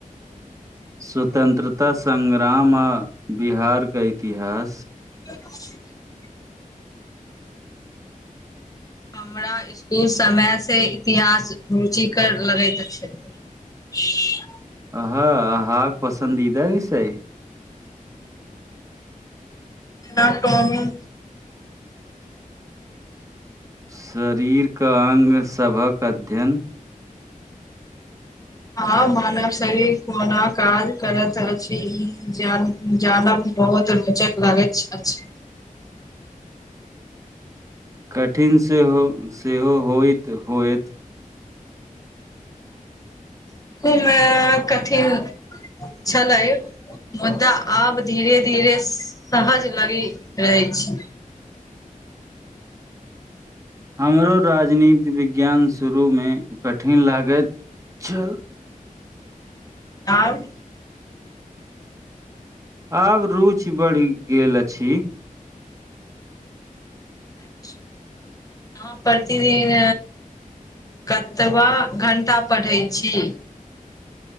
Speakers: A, on the right (about 20°); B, on the left (about 25°).
A: स्वतंत्रता संग्राम, आ बिहारके इतिहास।
B: <inaudible> हमरा स्कूल समयसँ, इतिहास रुचिकर लगैत अछि। <unintelligible>
A: आहह, आहाँक पसन्दीदा विषय अय।
B: जेना टॉमी।
A: शरीरके अङ्ग, सभक अध्ययन।
B: हँ, मानव शरीर कोना काज करत अछी। जान- जानब बहुत रोचक लागैत अछी।
A: कठिन सेहो, सेहो होइत, होएत।
B: ओइमे कठिन छलै। मुदा आब धीरे -धीरे सहज लगी रहैछ।
A: हमरो राजनीति विज्ञान शुरूमे कठिन लागैत छल।
B: आब।
A: आब रुचि बढ़ि गेल अछी।
B: अच्छा! अहाँ प्रतिदिन कतबा घंटा पढ़ै छी?